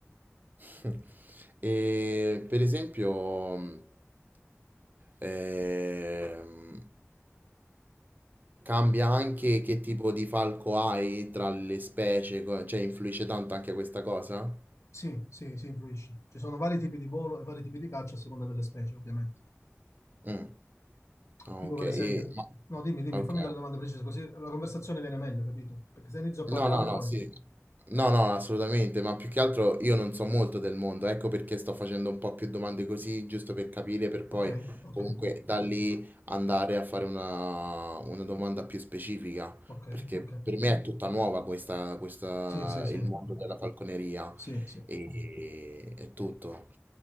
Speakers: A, on the right; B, on the left.
A: <laughs> E per esempio, mh, ehm, cambia anche che tipo di falco hai tra le specie, co- cioè influisce tanto anche questa cosa?
B: Sì, sì, sì, influisce. Ci sono vari tipi di volo e vari tipi di caccia a seconda delle specie, ovviamente.
A: Mm, Ah,
B: Tipo,
A: ok,
B: per
A: e-
B: esempio,
A: ma-
B: no, dimmi, dimmi,
A: ok.
B: fammi delle domande precise, così la conversazione viene meglio, capito? Perché se inizio a parlare
A: No, no, no,
B: poi.
A: sì. No, no, assolutamente, ma più che altro io non so molto del mondo, ecco perché sto facendo un po' più domande così, giusto per capire, per poi
B: Ok, ok,
A: comunque da lì andare a fare una, una domanda più specifica,
B: ok,
A: perché
B: ok.
A: per me è tutta nuova questa, questa,
B: Sì, sì, sì,
A: il mondo della falconeria
B: sì, sì.
A: e, e tutto.